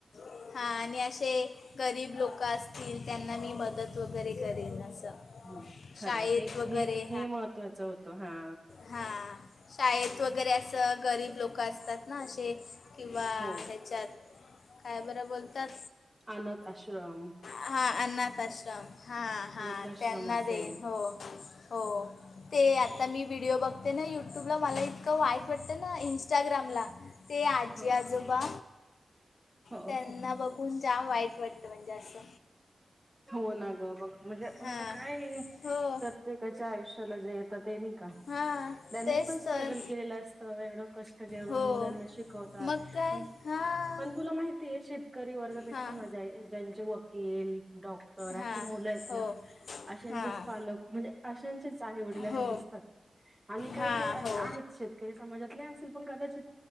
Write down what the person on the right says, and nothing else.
हम्म खरंय
हे
हे हे महत्वाचं होतं हा.
हो
अनाथआश्रम
वृद्धाश्रम
असेल
हो
हो
हो
हो ना गं बघ. म्हणजे आपण
आता काय आहे
प्रत्येकाच्या आयुष्याला जे येतं ते नाही का.
त्यांनी
पण स्ट्रगल
केलेलं अस. त एवढं कष्ट करून
मुलांना शिकवतात
पण.
पण तुला माहितीय शेतकरी वर्गापेक्षा
ना ज ज्यांचे वकील. डॉक्टर
अशे मुलं आहेत
ना अशाचेच.
पालक म्हणजे अशांचेच आई वडील असे
दिसतात आणि काही
काही असे
आहेत. शेतकरी समाजातले असल पण कदाचित